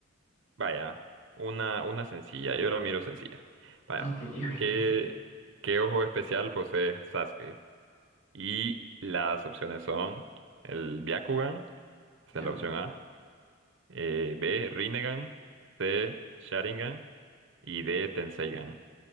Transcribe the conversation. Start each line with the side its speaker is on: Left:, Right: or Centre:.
Right: vaya, una, una sencilla. Yo la miro sencilla. Vaya.
Left: Mm. Ok, ok.
Right: ¿Qué,
Left: <laughs>
Right: qué ojo especial posee Sasuke? Y las opciones son el Byakugan, esa
Left: Ya.
Right: es la opción A. eh, B, Rinnegan. C, Sharingan. Y D, Tenseigan.